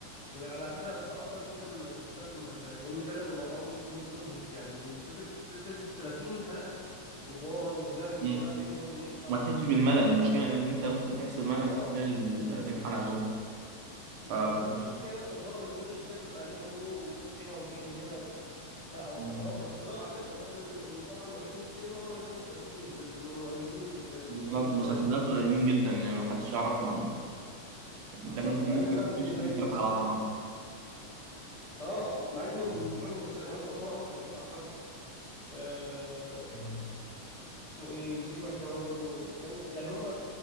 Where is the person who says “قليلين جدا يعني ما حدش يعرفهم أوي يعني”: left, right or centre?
Right